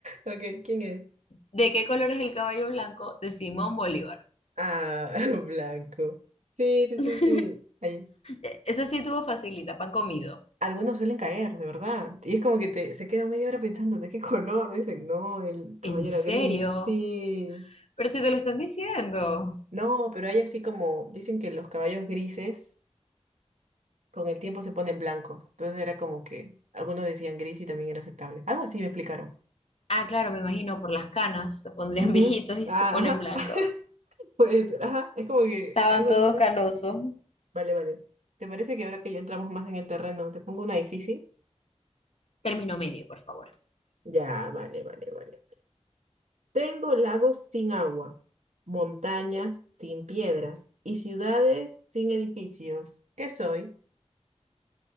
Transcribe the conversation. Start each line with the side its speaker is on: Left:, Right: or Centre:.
Right: Ok, ¿quién es?
Left: ¿De qué color es el caballo blanco de Simón Bolívar?
Right: Ah, <laughs> blanco. Sí, sí,
Left: <laughs>
Right: sí, sí. Ahí.
Left: E- Esa sí tuvo facilita, pan comido.
Right: Algunos suelen caer, de verdad. Y es como que te, se queda media hora pensando de qué color. Dicen, no, el caballo
Left: ¿En serio?
Right: era gris. Sí.
Left: Pero si te lo están diciendo.
Right: No, pero hay así como, dicen que los caballos grises con el tiempo se ponen blancos. Entonces era como que algunos decían gris y también era aceptable. Algo así me explicaron.
Left: Ah, claro, me imagino, por las canas, se pondrían
Right: Ujú.
Left: <laughs> viejitos y
Right: Ah,
Left: se ponen
Right: ajá.
Left: blancos.
Right: <laughs> Puede ser, ajá. Es como que
Left: Estaban
Right: algo
Left: todos
Right: dice.
Left: canosos.
Right: Vale, vale. ¿Te parece que ahora que ya entramos más en el terreno, te pongo una difícil?
Left: Término medio, por favor.
Right: Ya, vale, vale, vale. Tengo lagos sin agua, montañas sin piedras y ciudades sin edificios. ¿Qué soy?